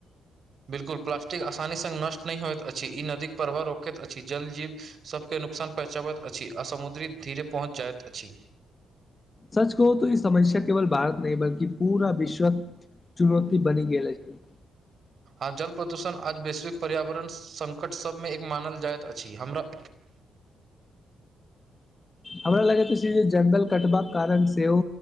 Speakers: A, on the right; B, on the left.
A: बिल्कुल, प्लास्टिक आसानी सँ नष्ट नहि होइत अछि। ई नदीक प्रवाह रोकैत अछि। जल जीव सबके नुकसान पहचाबैत अछि आ समुद्री धीरे पहुँच जाइत अछि
B: सच कहुँ तो ई समस्या केवल भारत नहि बल्कि पूरा विश्वक चुनौती बनी गेल अछि
A: आब जल प्रदूषण आज वैश्विक पर्यावरण संकट सभमे एक मानल जाइत अछि हमरा
B: हमरा लगैत अछि जे जंगल कटबाक कारण सेहो